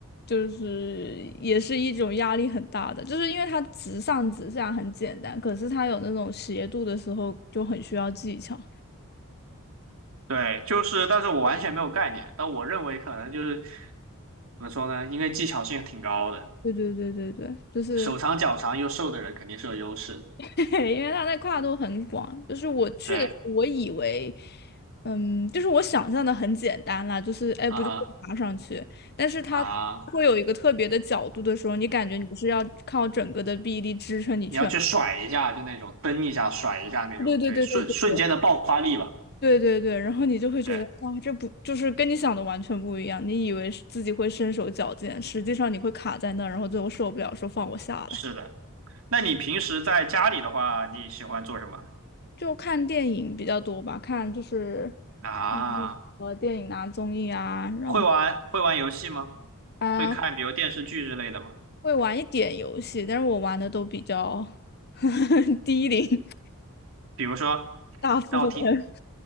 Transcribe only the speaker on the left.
就是也是一种压力很大的，就是因为它直上直下很简单，可是它有那种斜度的时候就很需要技巧。
对对对对对，就是
<laughs> 对，因为它的跨度很广，就是我去的时候，
我以为，嗯，就是我想象的很简单啦，就是哎，
不就是爬上去，但是它会有一个特别的角度的时候，
你感觉你是要靠整个的臂力支撑你去，
对对对对对
对对对对，然后你就会觉得哇，
这不就是跟你想的完全不一样，你以为是自己会身手矫健，实际上你会卡在那儿，然后最后受不了，说放我下来。
就看电影比较多吧，看就是
嗯呃电影啊、综艺啊，然后
啊、
会玩一点游戏，但是我玩的都比较 <laughs> 低龄
大富翁，